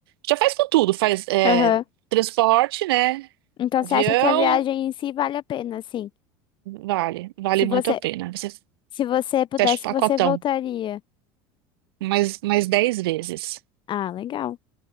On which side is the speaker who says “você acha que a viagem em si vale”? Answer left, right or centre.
Left